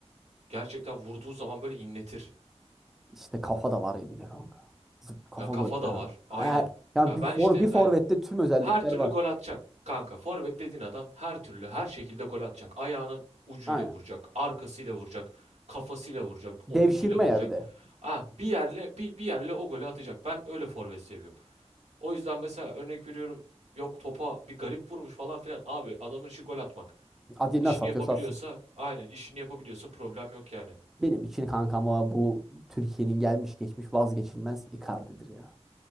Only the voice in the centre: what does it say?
işte kafa da var ya bir de kanka. Zıp kafa
gol ya.
E, ya
bir
for
bir forvette
tüm özellikler
var.
Aynen.
Devşirme
ya bir de.
Adi
nasıl atıyorsa
atsın.
Benim için kankam o bu Türkiye'nin gelmiş geçmiş vazgeçilmez Icardi'dir ya.